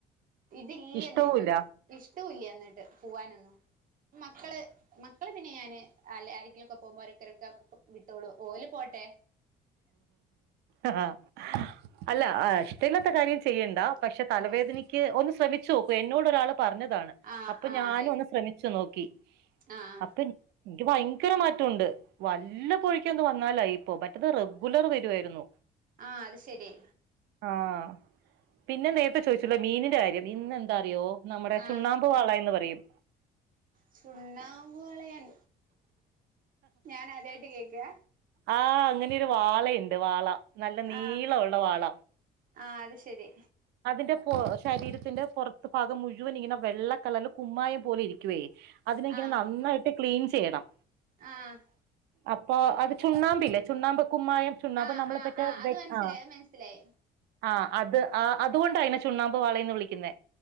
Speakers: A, on the right; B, on the right.
A: ഇതില്ല
B: ഇഷ്ടവുല്ല
A: എന്നിട്ട് ഇഷ്ടവൂല്യ എന്നിട്ട് പോവാനൊന്നും മക്കള് മക്കളെ പിന്നെ ഞാന് അല്ല ആരെങ്കിലുംഒക്കെ പോകുമ്പോരക്കരൊക്ക വിട്ടോളൂ ഓല് പോ ട്ടെ
B: ആ അല്ല ഇഷ്ടമല്ലാത്ത കാര്യം ചെയ്യണ്ട പക്ഷെ
A: ആഹ്
B: തലവേദനയ്ക്ക് ഒന്ന് ശ്രമിച്ചു നോക്കു എന്നോട് ഒരാള് പറഞ്ഞതാണ്
A: ആഹ്
B: അപ്പൊ
A: ആഹ് ആയി
B: ഞാനും ഒന്ന് ശ്രമിച്ചു നോക്കി
A: ആഹ്
B: അപ്പൊ എനിക്ക് ഭയങ്കര മാറ്റംുണ്ട് വല്ല പൊഴക്ക് ഒന്ത് വന്നാലായി ഇപ്പൊ മറ്റത് ഗുലർ വരുായിരുന്നു
A: ആഹ് അത് ശരി
B: ആഹ പിന്നെ നേരത്തെ ചോദിച്ചല്ലോ മീനിന്റെ കാര്യം മീന്ന് എന്താറിയോ നമ്മുടെ ചുണ്ണാമ്പു
A: ആഹ്
B: വാള എന്ന് പറയും
A: ചുണ്ണാമ്പ് വളയൻ ഞാൻ അതായിട്ട് കേക്കുക
B: ആഹ അങ്ങനെയരു വാളയുണ്ട് വാള നല്ല നീളമള്ള
A: ആഹ്
B: വാള
A: ആഹ് അത് ശരി
B: അതിന്റെ പു ശരീരത്തിന്റെ പുറത്ത് ഭാഗം മുഴുവൻ ഇങ്ങനെ വെള്ളക്ക കളർ കുമ്മായം പോലെ ഇരിക്കുവയേ അതിനെങ്ങനെ
A: ആഹ്
B: നന്നായിട്ട് ക്ലീൻ ചെയ്യണം
A: ആഹ്
B: അപ്പ് അപ്പൊ അത് ചുണ്ണാമ്പ് ല്ലേ ചുണ്ണാമ്പ് കുമ്മായം ചുണ്ണാമ്പ്
A: ആഹ്
B: നമ്മളെ
A: ആഹ്
B: പറ്റേ
A: ആഹ് അത്
B: വെ
A: മനസ്സിലായി
B: ആഹ്
A: അത് മനസ്സിലായി
B: ആഹ് അത് ആഹ് അതൊണ്ടായിനെ ചുണ്ണാമ്പ് വാളയിന്ന് വിളിക്കുന്നേ